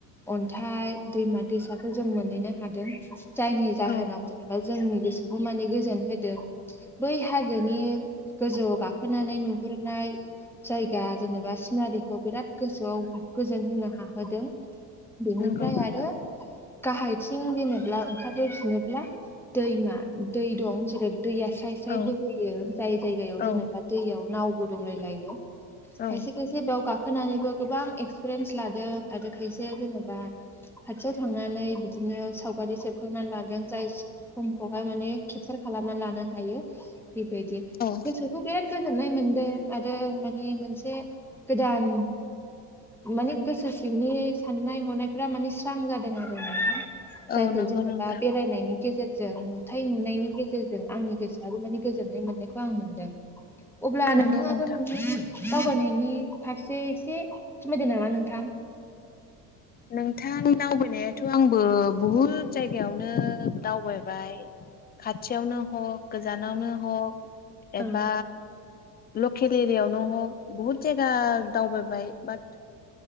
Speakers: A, in the centre; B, on the left.
A: अन्थाइ दैमा दैसाखौ जों मोनहैनो हादों। जायनि जाहोनाव
B: औ
A: जेनेबा जोंनि गोसोखौ माने गोजोन होदों। बै हाजोनि गोजौआव गाखोनानै नुहुरनाय जायगा जेनेबा सिनारिखौ बिराद गोसोआव गोजोन होनो हाहोदों। बिनिफ्राय
B: नोंगौ नोंथां
A: आरो गाहायथिं जेनेा ओंखारबोफिनोब्ला दैमा दै दं जेरै दैया स्राय स्राय
B: औ
A: बोहोयो जाय जायगायाव
B: औ
A: जेनेबा दैयाव नावबो दंलायलायो खायसे
B: औ
A: खायसे बेयाव गा होनानैबो गोबां एक्सपिरियेन्स लादों आरो खायसे जेनेबा खाथियाव थांनानै बिदिनो सावगारि होखांना लादों जाय समखौहाय माने केपचार खालामना लानो हायो बे बायदि
B: औ
A: बे खौ बिराद गोजोननाय मोन्दों आरो माने मोनसे गोदान माने गोसो सिंनि साननाय हनायफ्रा माने स्रां जादों आरो जायखौ
B: औ नोंगौ
A: जेनेबा
B: नोंथां
A: बेरायनायनि गेजेर गेजेरजों नुथाय नुनायनि गेजेरजों आंनि गोसोआबो माने गोजोननाय मोननायखौ आं मोनदों अब्ला
B: नोंगौ
A: नोंथांङाबो
B: नोंथां
A: नु दावबायनायनि फारसे एसे सोमोनायदो नामा नोंथां
B: नोंथां दावबायनायाथ' आंबो बुहुद जायगायाव नो दावबायबाय खाथियावनो हक गोजानावनो हक
A: औ
B: एबा लकेल एरियायावनो हग बहुद जायगा दावबायबाय बाट